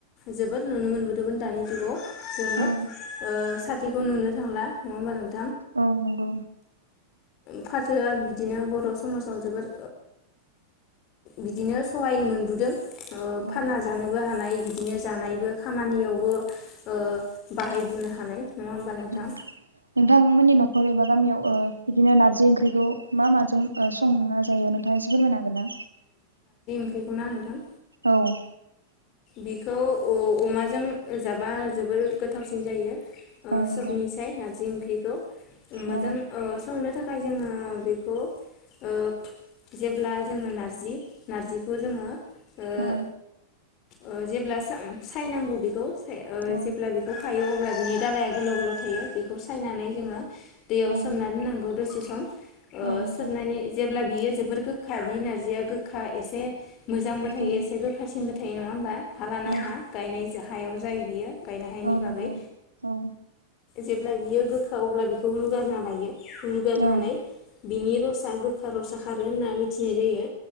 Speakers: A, on the left; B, on the right.
A: जोबोद नुनो मोनबोदोंमोन दानि जुगाव जों ओ
B: औ
A: बेखौ नुनो थांला नङा होमबा नों
B: औ नंगौ।
A: फाथोआ बिदिनो बर' समाजाव ओ जोबोर बिदिनो सहायोमोन ब दो ओ
B: औ
A: फानना जानोबो हानाय बिदि। बिदिनो जानायबो खामानियावबो ओ बाहायबोनो हानाय। नङा होमबा नोंथां
B: ओ नोंथांमोननि न'ख न'खर एबा गामियाव ओ बिदिनो नारजि ओंख्रिखौ मा माजों ओ संना जायो नोंथाङा एसे फोरमायनो हागोन ना?
A: नंगौना नोंथां?
B: औ।
A: बिखौ औ अमाजों जाबा ओ जोबोर गोथावसिन जायो। ओ
B: औ नंगौ
A: सबनिसाय नारजि ओं बेखौ। माजों
B: औ
A: ओ संनो बेनिथाखाय जोङो बेखौ ओ जेब्ला जोङो ना नारजि नारजिखौ जोङो। ओ
B: औ।
A: ओ जेब्ला साय सायनांगौ बेखौ ओ
B: औ
A: जेब्ला बेखौ थायो अब्ला बिनि दालाया गोलाव गोलाव थायो बेखौ सायनानै जोङो। दैयाव
B: औ
A: सोमना दोननांगौ दसे सम औ। ओ
B: औ नंगौ
A: सारनानै जेब्ला बियो जोबोर गोखा बि नारजिया। गोखा एसे। मोजांबो थायो
B: औ
A: एसे गोखासिनबो। थ नङा होमबा। हा लाना
B: औ
A: हा गायनायजों। हायाव जायो बियो। गायनो हायनि
B: औ
A: बागै।
B: नंगौ औ
A: जेब्ला बियो गोखा अब्ला बेखौ रुगारना लायो रुगारनानै
B: औ
A: बिनि रसा गोख खारसा खारो होनना मिथिनाय जायो